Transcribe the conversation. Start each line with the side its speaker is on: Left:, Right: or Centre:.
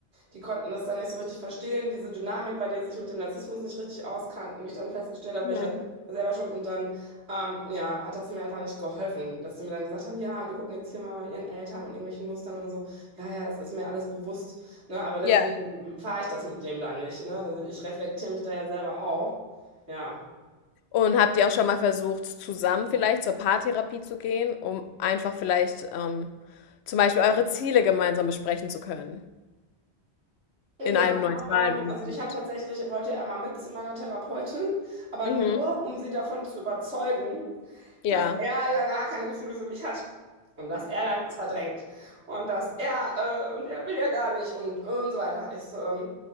Right: die konnten das da nicht so richtig verstehen, diese Dynamik, weil die sich mit dem Narzissmus nicht richtig auskannten, wie ich dann festgestellt habe,
Left: mhm.
Right: weil ich ja selber schon und dann, ähm, ja, hat das mir einfach nicht geholfen, dass sie mir dann gesagt haben, ja, und wir gucken jetzt hier mal bei ihren Eltern und irgendwelchen Mustern und so, ja, ja, das ist mir alles bewusst, ne, aber deswegen
Left: Ja.
Right: fahre ich das mit dem da nicht, ne, also ich reflektiere mich da ja selber auch, ja.
Left: Und habt ihr auch schon mal versucht, zusammen vielleicht zur Paartherapie zu gehen, um einfach vielleicht, ähm, zum Beispiel eure Ziele gemeinsam besprechen zu können
Right: Ja,
Left: in einem neutralen
Right: ähm,
Left: Umfeld?
Right: also ich habe tatsächlich, wollte er mal mit zu meiner Therapeutin, aber
Left: Mhm.
Right: nur, um sie davon zu überzeugen,
Left: Ja,
Right: dass er ja gar keine Gefühle für mich hat und dass er da nichts verdrängt und dass er, äh, und er will ja gar nicht und, und so weiter. Ich so, ähm,